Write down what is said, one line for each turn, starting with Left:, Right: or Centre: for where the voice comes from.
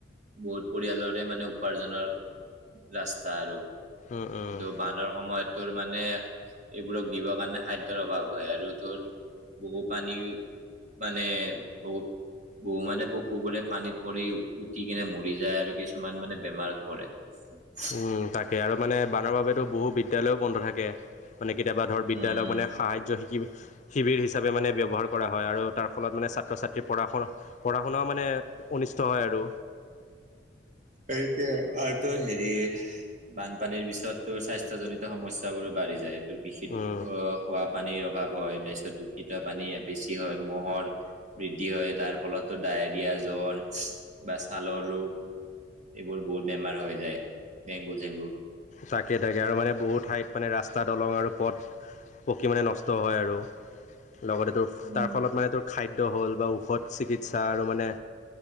Right: বহুত পৰিয়ালৰে মানে উপাৰ্জনৰ ৰাস্তা আৰু কিন্তু
Left: উম উম
Right: বানৰ সময়তো মানে এইবোৰক দিবৰ কাৰণে খাদ্য <unintelligible> অভাৱ হয় আৰু তোৰ বহু পানী মানে বহু বহু মানে পশুবোৰে পানীত পৰি উটি কিনে মৰি যায় আৰু কিছুমান মানে বেমাৰত পৰে। <inaudible>
Left: উম, তাকে আৰু মানে বানৰ বাবেতো বহু বিদ্যালয়ো বন্ধ থাকে। মানে কেতিয়াবা ধৰ বিদ্যালয়ক
Right: উম, উম।
Left: মানে সাহায্য শিকি শিবিৰ হিচাপে মানে ব্যৱহাৰ কৰা হয় আৰু তাৰ ফলত মানে ছাত্ৰ ছাত্ৰীৰ পঢ়া শুনা পঢ়া শুনাও মানে অনিষ্ট হয় আৰু।
Right: সেইটাৱে আৰু তোৰ হেৰি বানপানীৰ পিছত তোৰ স্বাস্থ্যজনিত সমস্যা বোৰো বাঢ়ি যায় এইটো বিশিদ্ধ
Left: উম
Right: খোৱা পানীৰ অভাৱ হয় তাৰ পিছত দূষিত পানী বেছি হয় মহ'ৰ বৃদ্ধি হয় তাৰ ফলতো ডায়েৰিয়া জ্বৰ বা ছালৰ ৰোগ এইবোৰ বহুত বেমাৰ হৈ যায়, ডেংগু চেংগু।
Left: তাকে তাকে আৰু মানে বহু ঠাইত মানে ৰাস্তা দলং আৰু পথ পকী মানে নষ্ট হয় আৰু লগতে তোৰ
Right: উম,
Left: তাৰ ফলত মানে তোৰ খাদ্য হ'ল বা ঔষধ চিকিৎসা আৰু মানে